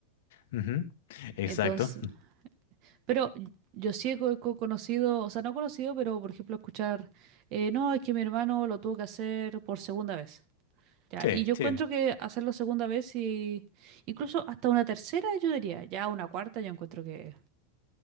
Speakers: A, on the left (about 70°); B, on the right (about 50°).
A: Ujú, Exacto.
B: Entonces, pero yo sí he co- co- conocido, o sea, no conocido, pero por ejemplo escuchar, eh, no, es que mi hermano lo tuvo que hacer por segunda vez. Ya,
A: Sí,
B: y yo
A: sí.
B: encuentro que hacerlo segunda vez y incluso hasta una tercera yo diría, ya una cuarta yo encuentro que,